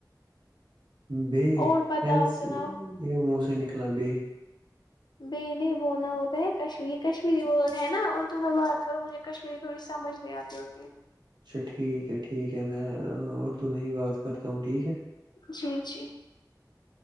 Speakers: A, on the right (about 80°); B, on the left (about 75°).
A: بے
B: اور بتاؤ
A: میں
B: سناؤ
A: یہ منہ سے نکلا بے
B: ب نہیں بولنا ہوتا ہے کشمیری کشمیری ورڈ ہے نا اور ت بات کروں مجھے کشمیری تھوڑی سمجھ نہیں آتی ہوتی
A: اچھا ٹھیک ہے ٹھیک ہے میں اردو میں ہی بات کرتا ہوں ٹھیک ہے
B: جی جی